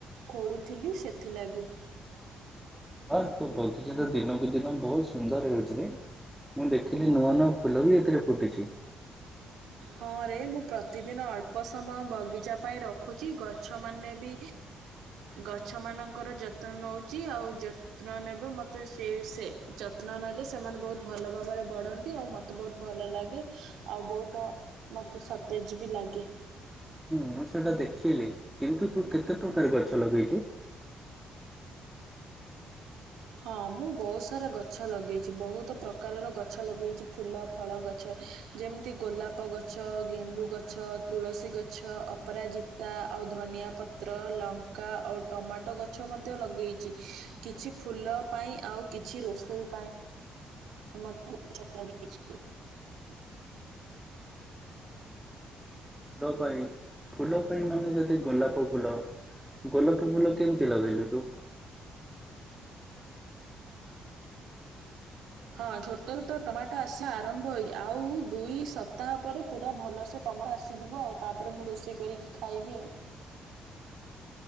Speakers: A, on the right; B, in the centre.
A: ଖୋଳୁଥିଲି ସେଥିଲାଗି।
B: ୱାଃ ତୋ ବଗିଚା ତ ଦିନକୁ ଦିନ ବହୁତ ସୁନ୍ଦର ହେଉଚିରେ। ମୁଁ ଦେଖିଲି ନୂଆ ନୂଆ ଫୁଲ ବି ଏଥିରେ ଫୁଟିଛି।
A: ହଁ ରେ ମୁଁ ପ୍ରତିଦିନ ଅଳ୍ପ ସମୟ ବଗିଚା ପାଇଁ ରଖୁଚି। ଗଛମାନେ ବି ଗଛ ମାନଙ୍କର ଯତ୍ନ ନଉଚି। ଆଉ ଯ ଯତ୍ନ ନେବେ ମୋତେ ସେ ସେ ଯତ୍ନ ନେଲେ ସେମାନେ ବହୁତ ଭଲ ଭାବରେ ବଢ଼ନ୍ତି। ଆଉ ମୋତେ ମୋତେ ବହୁତ ଭଲ ଲାଗେ ଆଉ ବହୁତ ମୋତେ ସତେଜ ବି ଲାଗେ।
B: ହୁଁ ମୁଁ ସେଟା ଦେଖିଲିି। କିନ୍ତୁ ତୁ କେତେ ପ୍ରକାର ଗଛ ଲଗେଇଛୁ?
A: ହଁ ମୁଁ ବହୁତ ସାରା ଗଛ ଲଗେଇଚି। ବହୁତ ପ୍ରକାରର ଗଛ ଲଗେଇଚି ଫୁଲ ଫଳ ଗଛ। ଯେମିତି ଗୋଲାପ ଗଛ, ଗେଣ୍ଡୁ ଗଛ, ତୁଳସୀ ଗଛ, ଅପରାଜି ତା, ଆଉ ଧନିଆ ପତ୍ର, ଲଙ୍କା ଆଉ ଟମାଟୋ ଗଛ ମଧ୍ୟ ଲଗେଇଚି। କିଛି ଫୁଲ ପାଇଁ ଆଉ କିଛି ରୋଷେଇ ପାଇଁ ମଧ୍ୟ୍ୟ ଗଛ ଲଗେଇଚି।
B: ଫୁଲ ପାଇଁ ଫୁଲ ପାଇଁ ମାନେ ଯଦି ଗୋଲାପ ଫୁଲ ଗୋଲାପ ଫ ଫୁଲ କେମିତି ଲଗେଇଲୁ ତୁ?
A: ହଁ ଛୋଟ ଛୋଟ ଟମାଟୋ ଆସିବା ଆରମ୍ଭ ହୋଇ। ଆଉ ଦୁଇ ସପ୍ତାହ ପରେ ପୁରା ଭଲସେ ଟମାଟୋ ଆସିଯିବ ଆଉ ତାପରେ ମୁଁ ରୋଷେଇ କରିକି ଖାଇବି ଆଉ।